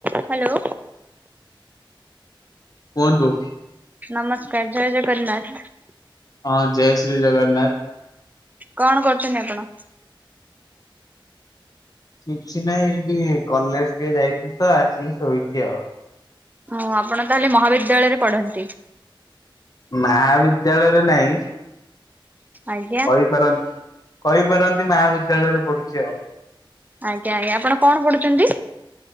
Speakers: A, on the right (about 20°); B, on the left (about 45°).
A: Hello.
B: କୁଅନ୍ତୁ?
A: ନମସ୍କାର ଜୟ ଜଗନ୍ନାଥ।
B: ହଁ ଜୟ ଶ୍ରୀ ଜଗନ୍ନା।
A: କଣ କରୁଚନ୍ତି ଆପଣ?
B: କିଛି ନାହିଁ ଏଇଠି କଲେଜ୍ ଟିକେ ଯାଇଥି ତ ଆସିକି ଶୋଇଚି ଆଉ।
A: ହଁ ଆପଣ ତାହେଲେ ମହାବିଦ୍ୟାଳୟରେ ପଢ଼ନ୍ତି?
B: ମାବିଦ୍ୟାଳୟରେ ନାଇଁ।
A: ଆଜ୍ଞା
B: କହିପାରନ୍ କହିପାରନ୍ତି ମାବିଦ୍ୟାଳୟରେ ପଡୁଚି ଆଉ।
A: ଆଜ୍ଞା ଆଜ୍ଞା ଆପଣ କଣ ପଢୁଚନ୍ତି?